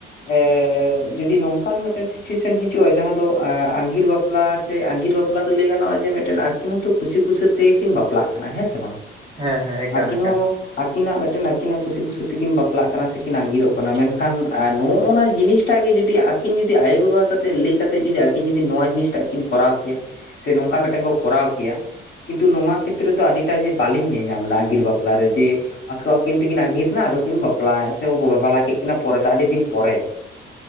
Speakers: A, on the left (about 60°); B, on the right (about 30°).
A: ᱮ ᱡᱩᱫᱤ ᱱᱚᱝᱠᱟᱱ ᱢᱤᱫᱴᱮᱱ ᱥᱤᱪᱩᱭᱮᱥᱮᱱ ᱦᱤᱡᱩᱜ-ᱟ ᱡᱟᱦᱟᱸ ᱫᱚ ᱟ ᱟᱸᱜᱤᱨ ᱵᱟᱯ ᱯᱞᱟ ᱥᱮ ᱟᱸᱜᱤᱨ ᱵᱟᱯᱞᱟ ᱫᱚ ᱞᱟᱹᱭ ᱜᱟᱱᱚᱜ-ᱟ ᱡᱮ ᱢᱤᱫᱴᱮᱱ ᱟᱹᱠᱤᱱ ᱦᱚᱸᱛᱚ ᱠᱩᱥᱤ ᱠᱩᱥᱤ ᱛᱮᱜᱠᱤᱱ ᱵᱟᱯᱞᱟᱜ ᱠᱟᱱᱟ ᱾ ᱦᱮᱸ ᱥᱮ ᱵᱟᱝ?
B: ᱦᱮᱸ ᱦᱮᱸ ᱮᱠᱟᱞ
A: ᱟᱹᱠᱤᱱ
B: ᱮᱠᱟᱞ
A: ᱦᱚᱸ ᱟᱹᱠᱤᱱᱟᱜ ᱢᱮᱜᱴᱮᱱ ᱟᱹᱠᱤᱱᱟᱜ ᱠᱩᱥᱤ ᱠᱩᱥᱤ ᱛᱮᱠᱤᱱ ᱵᱟᱯᱞᱟᱜ ᱠᱟᱱᱟ ᱥᱮ ᱠᱤᱱ ᱟᱸᱜᱤᱨᱚᱜ ᱠᱷᱟᱱ ᱟ ᱱᱚᱜ-ᱚᱱᱟ ᱡᱤᱱᱤᱥᱴᱟᱜ ᱜᱮ ᱡᱩᱫᱤ ᱟᱹᱠᱤᱱ ᱡᱩᱫᱤ ᱟᱭᱳᱵᱟᱵᱟ ᱠᱟᱛᱮᱫ ᱞᱟᱹᱭ ᱠᱟᱛᱮ ᱡᱩᱫᱤ ᱟᱹᱠᱤ ᱠᱤᱱ ᱡᱩᱫᱤ ᱱᱚᱣᱟ ᱡᱤᱱᱤᱥ ᱴᱟᱜ ᱠᱤᱱ ᱠᱚᱨᱟᱣ ᱠᱮᱭᱟ ᱥᱮ ᱱᱚᱝᱠᱟ ᱢᱮᱫᱴᱮᱱ ᱠᱚ ᱠᱚᱨᱟᱣ ᱠᱮᱭᱟ᱾ ᱠᱤᱱᱛᱩ ᱱᱚᱣᱟ ᱠᱷᱮᱛᱨᱮ ᱫᱚ ᱟᱹᱰᱤᱴᱟ ᱡᱮ ᱵᱟᱞᱤᱧ ᱧᱮᱧᱟᱢ ᱫᱟ ᱟᱸᱜᱤᱨ ᱵᱟᱯ ᱯᱞᱟ ᱨᱮ ᱡᱮ ᱟᱠᱚ ᱟᱹᱠᱤᱱ ᱛᱤᱠᱤᱱ ᱟᱸᱜᱤᱨᱱᱟ ᱟᱫᱚᱠᱤᱱ ᱵᱟᱯᱞᱟ ᱥᱮ ᱟᱵᱚ ᱵᱚ ᱵᱟᱯᱞᱟ ᱠᱮᱜ-ᱠᱤᱱᱟ ᱯᱚᱨᱮ ᱛᱮ, ᱟᱹᱰᱤ ᱫᱤᱱ ᱯᱚᱨᱮ᱾